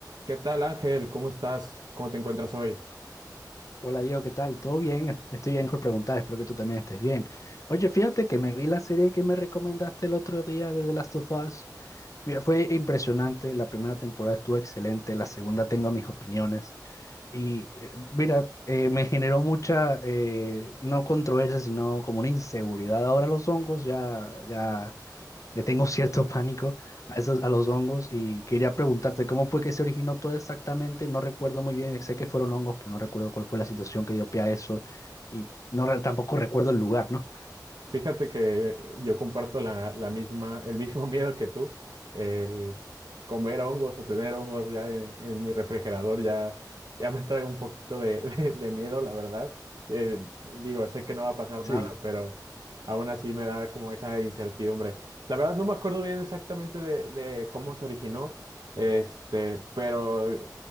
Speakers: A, on the right; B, on the left.
A: ¿Qué tal, Ángel? ¿Cómo estás? ¿Cómo te encuentras hoy?
B: Hola Diego, ¿qué tal? ¿Todo bien? Estoy bien por preguntar, espero que tú también estés bien. Oye, fíjate que me vi la serie que me recomendaste el otro día de The Last of Us. Mira, fue impresionante, la primera temporada estuvo excelente, la segunda tengo mis opiniones y eh, mira, eh, me generó mucha, eh, no controversia, sino como una inseguridad. Ahora los hongos ya, ya le tengo <laughs> cierto pánico a esos, a los hongos y quería preguntarte cómo fue que se originó todo exactamente. No recuerdo muy bien, sé que fueron hongos, pero no recuerdo cuál fue la situación que dio pie a eso y no re- tampoco recuerdo el lugar, ¿no?
A: Fíjate que yo comparto la, la misma, el mismo <laughs> miedo que tú, el comer hongos o tener hongos ya en, en mi refrigerador ya, ya me trae un poquito de, <laughs> de- de miedo, la verdad. Eh, digo, sé que no va a pasar
B: Sí,
A: nada, pero aún así me da como esa incertidumbre. La verdad no me acuerdo bien exactamente de, de cómo se originó, este, pero